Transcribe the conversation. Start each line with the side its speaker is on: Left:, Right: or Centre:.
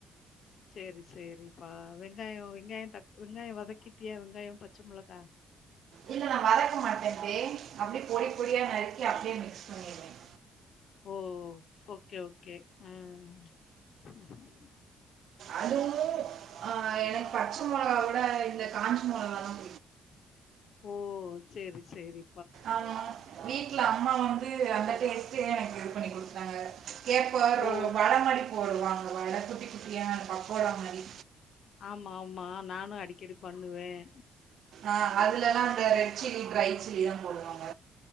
Left: செரி செரிப்பா வெங்காய வெங்காய தக் வெங்காய வதக்கிட்டியா வெங்காய பச்ச மொளக்கா
Right: இல்ல நான் வதக்க மாட்டேன் தே அப்படியே பொடி பொடியா நறுக்கி அப்படியே மிக்ஸ் பண்ணிருவேன்
Left: ஓ ஓகே ஓகே உஹம் உம்
Right: அதுவுமே ஆஹ் எனக்
Left: ஆ
Right: பச்ச மிளகாவுட இந்த காஞ் <inaudible>
Left: ஓ செரி செரி
Right: ஆமா வீட்ல அம்மா வந்து அந்த டேஸ்டே எனக்கு இது பண்ணி குடுத் <inaudible> கேப்ப
Left: ஓ
Right: வட மாறி போடுவாங்க வட குட்டி குட்டியா பக்கோட மாரி
Left: ஆமா ஆமா நானும் அடிக்கடி பண்ணுவேன்
Right: ஆஹ் அதுல அந்த ரெட் சில்லி ட்ரை சில்லி தான் போடுவாங்க